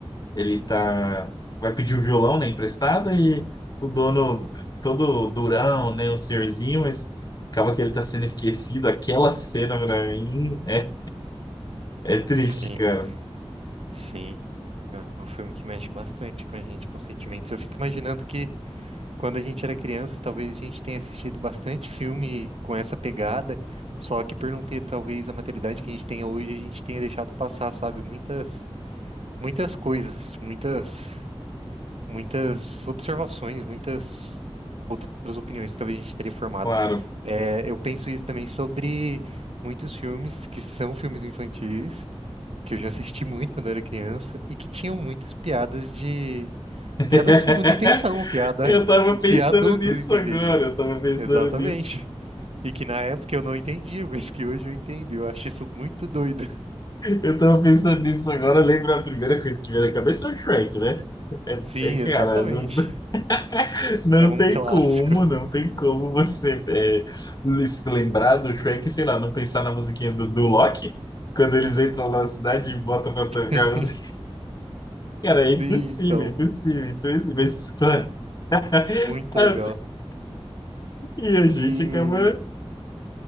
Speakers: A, on the left (about 40°); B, on the right (about 75°).
A: ele tá, vai pedir o violão, né, emprestado, e o dono, todo durão, né, um senhorzinho, mas acaba que ele tá sendo esquecido. Aquela cena pra mim é, é triste,
B: Sim.
A: cara,
B: Sim. É um filme que mexe bastante com a gente, com sentimentos. Eu fico imaginando que quando a gente era criança, talvez a gente tenha assistido bastante filme com essa pegada, só que por não ter talvez a maturidade que a gente tenha hoje, a gente tenha deixado passar, sabe? Muitas muitas coisas, muitas, muitas observações, muitas outras opiniões que talvez a gente teria formado.
A: claro.
B: É, eu penso isso também sobre muitos filmes que são filmes infantis, que eu já assisti muito quando eu era criança, e que tinham muitas piadas de...
A: <laughs>
B: Piada com segunda intenção, piada
A: Eu tava
B: <laughs>
A: pensando
B: que adultos
A: nisso
B: entenderiam.
A: agora, eu tava pensando
B: Exatamente.
A: nisso.
B: E que na época eu não entendia, <laughs> mas que hoje eu entendo. Eu acho isso muito doido.
A: Eu tava pensando nisso agora, lembra a primeira coisa que me veio na cabeça é o Shrek, né? É,
B: Sim,
A: é, cara,
B: exatamente.
A: não, <laughs> não
B: É um
A: tem
B: clássico.
A: como, não tem como você é, se lembrar do Shrek, sei lá, não pensar na musiquinha do, do Loki, quando eles entram lá na cidade e botam pra tocar
B: <laughs>
A: a música. Cara,
B: Sim,
A: é impossível,
B: então,
A: impossível. Então, assim, mas, claro. <laughs>
B: muito legal.
A: E a gente
B: E
A: acaba.